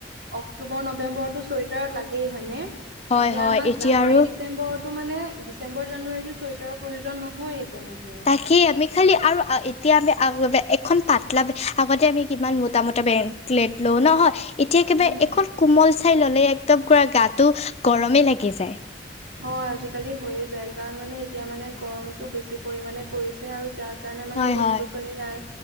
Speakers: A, on the right; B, on the left.
A: অক্টোবৰ নবেম্বৰটো ছুৱেটাৰ লাগেই হয় নে
B: হয়
A: এতিয়া
B: হয়
A: আমাক
B: এতিয়া
A: জানুৱাৰী,
B: আৰু
A: ডি ডিচেম্বৰৰতো মানে ডিচম্বৰ, জানুৱাৰীতো চুৱেটাৰৰ প্ৰয়োজন নহয়েই তেনেকে
B: কি আমি খালি আৰু এতিয়া আমি আগতে এখন পাতলা, আগতে আমি কিমান মোটামুটা বে তেল লওঁ নহয় এতিয়া একেবাৰে
A: উম।
B: এখন কোমল চাই ল'লে একদমপুৰা গাটো গৰমেই লাগি যায়।
A: হয় আজিকালি হৈয়ে যায়, কাৰণ মানে এতিয়া মানে গৰমটো বেছি পৰিমণে পৰিছে আৰু যাৰ কাৰণে মানে
B: হয়
A: গছ-গছনি
B: হয়।
A: নাই